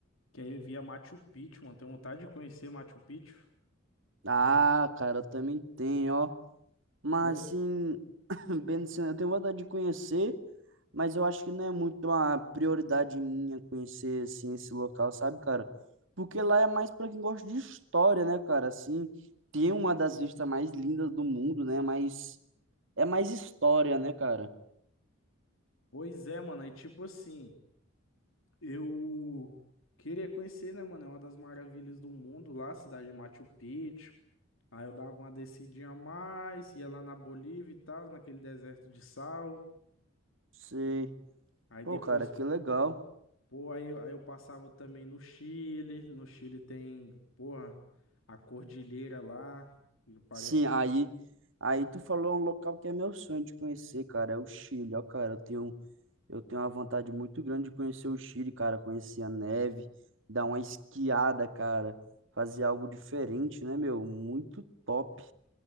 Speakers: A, on the left (about 80°); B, on the right (about 65°).
A: Que aí eu via Machu Picchu, mano. Tenho vontade de conhecer Machu Picchu.
B: Ah, cara, eu também tenho, ó. Mas
A: Pô,
B: assim, <laughs> Bem, assim, eu tenho vontade de conhecer, mas eu acho que não é muito uma prioridade minha conhecer assim esse local, sabe, cara? Porque lá é mais para quem gosta de história, né, cara? Assim, tem uma das vistas mais lindas do mundo, né? Mas é mais história, né, cara?
A: Pois é, mano. Aí, tipo assim, eu queria conhecer, né, mano? É uma das maravilhas do mundo lá, a cidade de Machu Picchu. Aí eu dava uma descidinha a mais, ia lá na Bolívia e tal, naquele deserto de sal.
B: Sei.
A: Aí
B: Pô,
A: depois,
B: cara, que legal.
A: pô, aí, eu- aí eu passava também no Chile. No Chile tem, porra, a cordilheira lá, que parece
B: Sim, aí, aí tu falou um local que é meu sonho de conhecer, cara, é o Chile, ó, cara, eu tenho, eu tenho uma vontade muito grande de conhecer o Chile, cara, conhecer a neve, dar uma esquiada, cara, fazer algo diferente, né, meu? Muito top.